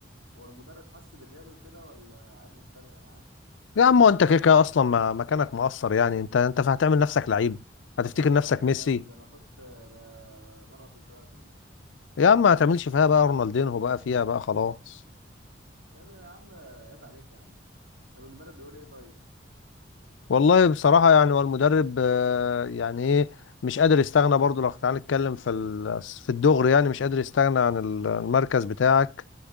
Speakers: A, on the right; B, on the left.
A: هو المدرب حس بغيابي وكده ولا عادي مش فارق معاه
B: يا عم هو انت كده كده اصلا ما- مكانك مقصر يعني انت انت هتعمل نفسك لعيب هتفتكر
A: عيب
B: نفسك
A: عليك
B: ميسي
A: يا ابني ده أنا كنت ب- مرقص الفرقة كلها
B: يا عم ما هتعملش فيها بقى رونالدينهو بقى فيها بقى خلاص
A: كده يا عم عيب عليك يا عم طب المدرب بيقول إيه طيب
B: والله بصراحة يعني هو المدرب آه، يعني ايه مش قادر يستغنى برضو لو تعالى نتكلم في ال- في الدغري يعني مش قادر يستغنى عن المركز بتاعك